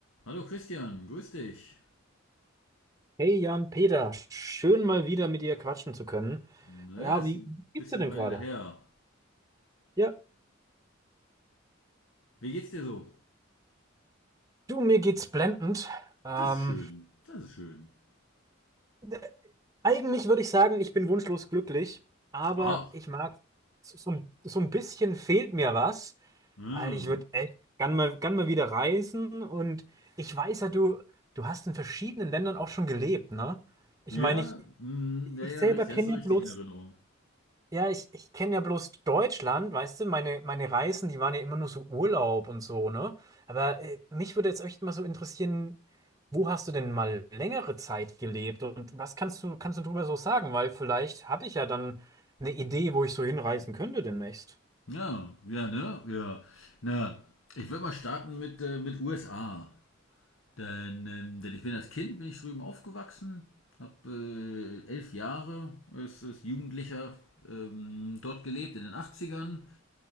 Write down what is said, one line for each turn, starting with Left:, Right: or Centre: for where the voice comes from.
Left: Hallo Christian, grüß dich.
Right: Hey Jan Peter, schön mal wieder mit dir quatschen zu können.
Left: Ne,
Right: Ja,
Left: ist
Right: wie
Left: ein
Right: geht's
Left: bisschen
Right: dir denn
Left: Weile
Right: gerade?
Left: her.
Right: Ja,
Left: Wie geht's dir so?
Right: du, mir geht's blendend. Ähm,
Left: Das ist schön, das ist schön.
Right: d- eigentlich würde ich sagen, ich bin wunschlos glücklich, aber
Left: Ach,
Right: ich mag, so, so ein so ein bisschen fehlt mir was,
Left: ja,
Right: weil ich würde echt gern mal, gern mal wieder reisen und ich weiß ja, du, du hast in verschiedenen Ländern auch schon gelebt, ne? Ich
Left: ja,
Right: meine, ich,
Left: mm,
Right: ich
Left: ja, ja,
Right: selber
Left: richtig,
Right: kenne
Left: hast du richtig
Right: ja bloß
Left: in Erinnerung.
Right: Ja, ich, ich kenne ja bloß Deutschland, weißt du, meine, meine Reisen, die waren ja immer nur so Urlaub und so, ne? Aber äh, mich würde jetzt echt mal so interessieren, wo hast du denn mal längere Zeit gelebt und was kannst du, kannst du drüber so sagen? Weil vielleicht habe ich ja dann eine Idee, wo ich so hinreisen könnte demnächst.
Left: Ja, ja, ne, ja. Na, ich würde mal starten mit, äh, mit USA. Denn, ähm, denn ich bin als Kind, bin ich drüben aufgewachsen, habe äh, elf Jahre als, als Jugendlicher ähm, dort gelebt in den Achtzigern.